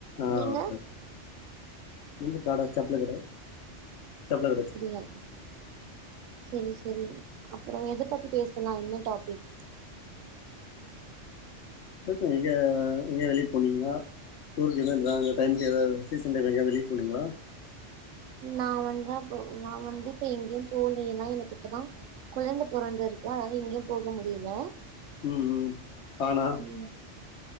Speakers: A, on the left; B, on the right.
A: ஆ
B: நீங்க
A: ஓகே ஓகே நம்ப காடா செப்லு கட செப்பல கட
B: அப்டியா
A: வச்சிருக்கீங்க
B: செரி செரி அப்றோ எத பத்தி பேசு லா என்ன டாப்பிக்
A: ஆ எங்க எங்க எங்கேயா வெளிய போனீங்களா டூர் கீரு <unintelligible> அந்த டைமுக்கு எதாது சீசன் டைம் எங்காது வெளிய போனீங்களா
B: நா வந்தா இப்போ நா வந்து இப்ப எங்கியும் போலயே ஏனா எனக்கு இப்பதா கொழந்த பொறந்து இருக்கு அதனால எங்கியு போக முடியல
A: ம் ம் ஆணா
B: ம்